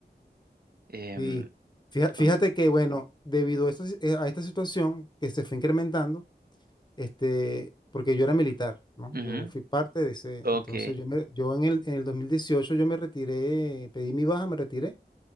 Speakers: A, on the right (about 60°); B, on the left (about 25°).
A: em,
B: Sí. Fija- Fíjate
A: con,
B: que, bueno, debido a esta si- a esta situación que se fue incrementando, este, porque yo era militar, ¿no?
A: ujú,
B: Yo fui parte de ese,
A: ok.
B: entonces yo, me- yo en el, en el 2018 yo me retiré, pedí mi baja, me retiré,